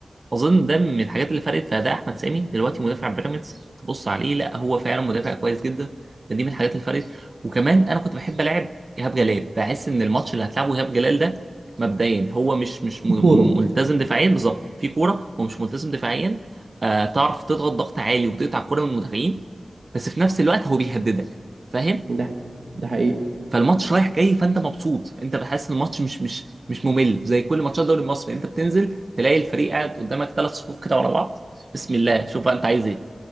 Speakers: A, on the right (about 55°); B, on the right (about 75°).
A: اظن ده من الحاجات اللي فرقت في اداء احمد سامي دلوقتي مدافع بيراميدز تبص عليه لا هو فعلا مدافع كويس جدا دي من الحاجات اللي فرقت وكمان انا كنت بحب العب ايهاب جلال بحس ان الماتش اللي هتلعبه ايهاب جلال ده مبدئيا هو مش مش م- م-
B: كوره
A: ملتزم دفاعيا بالظبط في كوره هو مش ملتزم دفاعيا آه تعرف تضغط ضغط عالي وتقطع الكوره من المدافعين بس في نفس الوقت هو بيهددك فاهم
B: ده ده حقيقي
A: فالماتش رايح جاي فانت مبسوط انت بحس الماتش مش مش مش ممل زي كل ماتشات الدوري المصري انت بتنزل تلاقي الفريق قاعد قدامك ثلاث صفوف كده ورا بعض بسم الله شوف بقى انت عايز ايه